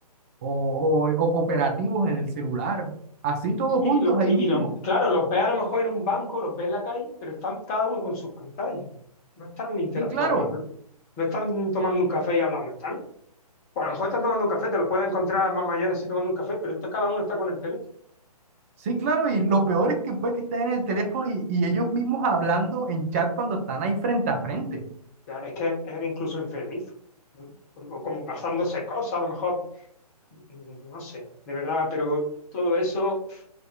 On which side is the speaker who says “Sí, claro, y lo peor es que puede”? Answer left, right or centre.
Right